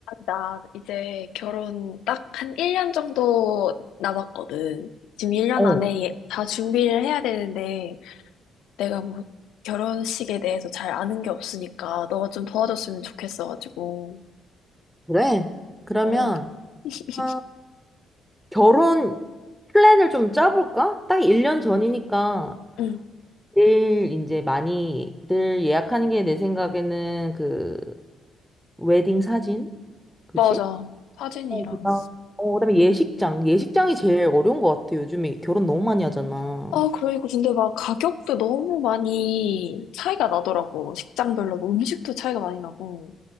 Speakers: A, on the left (about 85°); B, in the centre.
A: 나 이제 결혼 딱 한 1년 정도 남았거든. 지금 1년
B: 어,
A: 안에 예- 다 준비를 해야 되는데, 내가 뭐 결혼식에 대해서 잘 아는 게 없으니까, 너가 좀 도와줬으면 좋겠어가지고.
B: 그래? 그러면
A: 어, <laughs>
B: 아, 결혼 플랜을 좀 짜볼까? 딱 1년 전이니까
A: 응,
B: 제일 이제 많이들 예약하는 게 내 생각에는 그 웨딩 사진? 그지?
A: 맞아. 사진이랑.
B: 어, 그다음, 어, 그다음에 예식장. 예식장이 제일 어려운 것 같아. 요즘에 결혼 너무 많이 하잖아.
A: 아, 그리고 근데 막 가격도 너무 많이 차이가 나더라고. 식장별로 뭐 음식도 차이가 많이 나고.